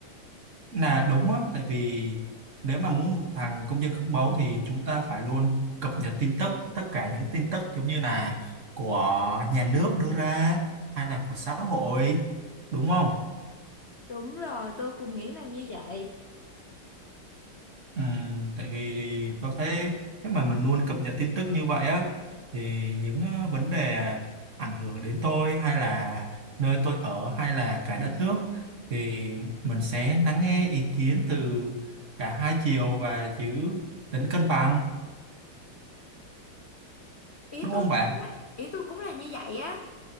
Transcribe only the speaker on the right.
là đúng á, tại vì nếu mà muốn một thằng công dân gương mẫu thì chúng ta phải luôn cập nhật tin tức, tất cả những tin tức giống như là của nhà nước đưa ra hay là của xã hội, đúng không?
Ừ, tại vì tôi thấy nếu mà mình luôn cập nhật tin tức như vậy á thì những ờ, vấn đề ảnh hưởng đến tôi hay là nơi tôi ở hay là cả đất nước thì mình sẽ lắng nghe ý kiến từ cả hai chiều và giữ tính cân bằng
đúng
không bạn?